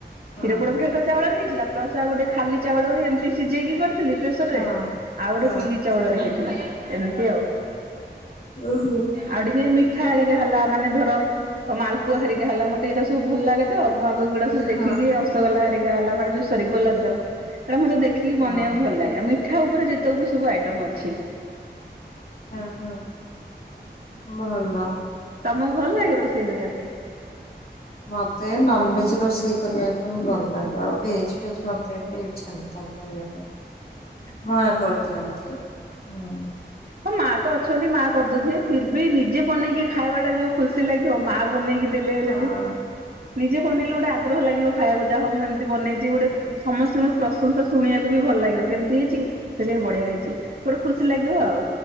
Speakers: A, on the right; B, on the left.
A: କ୍ଷୀର
B: ହଁ
A: ପୋଡା ତ ଚାଉଳରେ ହେଇଥିଲା। ପ୍ଲସ ଆଉ ଗୋଟେ ଖାଲି ଚାଉଳରେ ଏମିତି ସିଝେଇକି କରିଥିଲି ପ୍ରେସର
B: ହଁ।
A: ରେ, ଆଉ
B: ହଁ
A: ଗୋଟେ ବିରି ଚାଉଳରେ ହେଇଥିଲା। ଏମିତି ଆଉ।
B: ଓହୋ।
A: ଆଉ ଟିକେ ମିଠା ହାରିକା ହେଲା। ମାନେ ଧର ମାଲପୁ ହରିକା ହେଲା? ମତେ ଏଇଟା ସବୁ ଭଲ ଲାଗେ। ତ ମୁଁ ଆଗକୁ ଏଗୁଡା ସବୁ
B: ହଁ
A: ଦେଖିକି
B: ହଁ
A: ରସଗୋଲାରିକା ହେଲା ମାନେ ଯୋଉ ସରି ଗୋଲାପଜାମୁନ। ଏଇଟା ମତେ ଦେଖିକି
B: ହଁ
A: ବନେଇବାକୁ ଭଲ ଲାଗେ। ଆଉ ମିଠା ଉପରେ ଯେତେ ବି ସବୁ ଆଇଟମ ଅଛି।
B: ହଁ ହଁ। ଭଲ।
A: ତମକୁ ଭଲ ଲାଗେ ରୋଷେଇ କରିବା ପାଇଁ?
B: ମତେ ନନଭେଜ ରୋଷେଇ କରିବାକୁ ଭଲ ଲାଗେ। ଆଉ ଭେଜ୍ ଫେଜ୍ ମତେ ଏତେ ଇଚ୍ଛା ନଥାଏ କରିବା ପାଇଁ।
A: ହ
B: ନା କରିଦିଅନ୍ତ। ହୁଁ।
A: ହଁ ମା ତ ଅଛନ୍ତି ମା କରିଦଉଥିବେ। ଫିର୍ ବି ନିଜେ ବନେଇକି ଖାଇବା ଟା ଯୋଉ ଖୁସ ଖୁସି ଲାଗିବ। ମା ବନେଇକି ଦେଲେ ହେଲେ
B: ହଁ
A: ବି ନିଜେ ବନେଇଲେ ଗୋଟେ ଆଗ୍ରହ ଲାଗିବ ଖାଇବାକୁ। ଯାହାହଉ ମୁଁ ଏମିତି ବନେଇଛି ଗୋଟେ ସମସ୍ତଙ୍କ ପ୍ରଶଂସା ଶୁଣିବାକୁ ବି ଭଲ ଲାଗିବ। କେମିତି ହେଇଛି? ସେଇଟକ ବି ବଢିଆ ହେଇଛି। ଗୋଟେ ଖୁସି ଲାଗିବ ଆଉ।